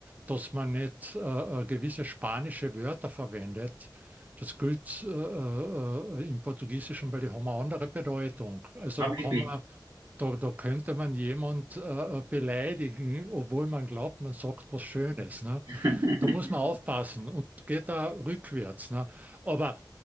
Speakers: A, on the right; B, on the right.
A: dass man nicht äh, äh, gewisse spanische Wörter verwendet. Das gilt äh, äh, äh, im Portugiesischen, weil die haben eine andere Bedeutung. Also
B: aber
A: da kann
B: wirklich.
A: man, da, da könnte man jemand äh, äh, beleidigen, obwohl man glaubt, man sagt was Schönes, ne?
B: <laughs>
A: Da muss man aufpassen und geht da rückwärts, ne? Aber